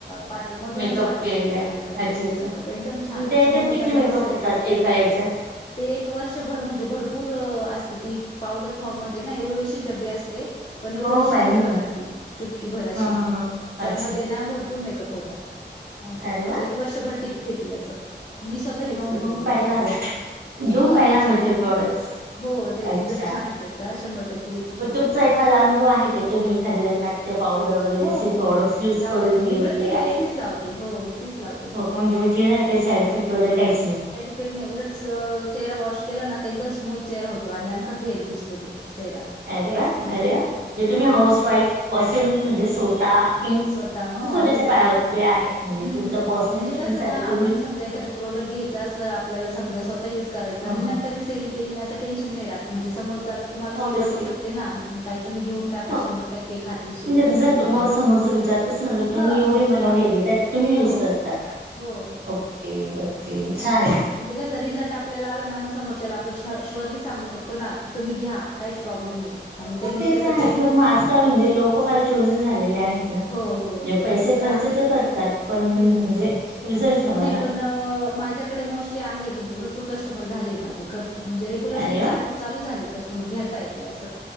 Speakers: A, on the left; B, on the right.
A: पार्लरमधूनच
B: मेकअप
A: वाटल,
B: केलेला
A: केलेलं
B: आहे
A: मेकअप. एच
B: अच्छा अच्छा
A: डी मेकअप, एकदम छान,
B: आणि त्या याच्यात
A: स्मूथ
B: किती
A: आणि
B: मेकअप
A: मस्तय.
B: होतात एका याच्यात
A: ते एक वर्षभर म्हणजे भरपूर असते, ती पावडर फॉर्म मध्ये ना एवढे एवढे डबे असते, पण एवढीवशी
B: हो हो पाहिले
A: घ्यावा
B: मी
A: लागती, चुटकी भर अशी,
B: हा हा हा
A: त्यामध्ये
B: अच्छा
A: ना भरपूर मेकअप होता. असं
B: अरे वा
A: एक वर्षभर टिकते ती असं, मी
B: छान
A: स्वतः
B: आहे
A: यूज
B: ना
A: करते
B: मग घेऊन
A: ती
B: पाहायला
A: पण.
B: हवे घेऊन
A: हो
B: पाहायला
A: नाही
B: हवेत
A: छाने,
B: हे प्रोडक्ट्स.
A: हो ते
B: अच्छा.
A: रिझल्ट छाने त्याचा, शंभर टक्क
B: मग तुमचा एखादा अनुभव आहे काय? तुम्ही एखाद्या लग्नात त्या पावडर वगैरेचे
A: हो हो
B: प्रॉडक्ट
A: हो
B: युज
A: लावलाय
B: करून
A: ना मी
B: गेलेले
A: प्रत्येक
B: आहे.
A: वेळेस तीच लावते हो तीच लावते.
B: म्हणजे म चेहर्याला काही साड इफेक्ट वगैरे काहीच नाही.
A: ईफेक्ट नाही, उलट चेहरा वॉश केला ना, त एकदम स्मूथ चेहरा होतो, आणि आणखा फेर दिसतो तो. चेहरा.
B: अरे वा,
A: स्किन
B: अरे वा, म्हणजे तुम्ही
A: हा
B: हाऊस वाईफ असून, म्हणजे स्वतः इन
A: स्वतः ह
B: स्वतःच्या
A: युज
B: पायावर
A: केली,
B: उभे आहेत म्हणजे
A: हम्म,
B: तुमच्या पर्सनल
A: म्हणजे
B: गोष्टींसाठी
A: कसं ना
B: तुम्ही
A: आपण समजा
B: हा
A: एखादं प्रोडक्ट घ्यायचा असलं, आपल्याला समजा स्वतः युज करायचं आणि
B: हा
A: नंतरही सेलीग केली ना, तर टेन्शन नाही राहत, म्हणजे समोर आता तुम्हाला मी
B: ऑब्विसली
A: सांगू शक ते ना, ताई तुम्ही घेऊन टाका,
B: मग
A: शंभर टक्के खात्रीशी
B: रिझल्ट म, समोरं विचार ताचना ज तुम्ही
A: हा
B: एवढी मला हे देतायेत, तुम्ही
A: हो
B: युज करता का?
A: हो
B: ओके ओके छाने.
A: म्हणजे क रिझल्ट आपल्याला आला ना, म समोरच्याला आपण श्युअरली सांगू शकतो ना, त तुम्ही घ्या काहीच प्रॉब्लेम नाही. आणि त्यांनी
B: ह ते
A: त्याचा
B: तर आहेच,
A: बेनिफिट
B: पण मग आजकाल म्हणजे लोक फार चूजि झालेले आहेत. म्हणे
A: हो हो हो
B: पैसे
A: ते
B: खर्च
A: आहे
B: तर करतात, पण म्हणजे,
A: हम्म
B: रिझल्ट हवा
A: नाही
B: ना.
A: पण माझ्याकडे मोस्टली आहे, म्हणजे भरपूर कस्टमर झाले माझे, म्हणजे रेग्युलरली
B: अरे वा.
A: चाल चालू झाली कस्टमर घेता येते असं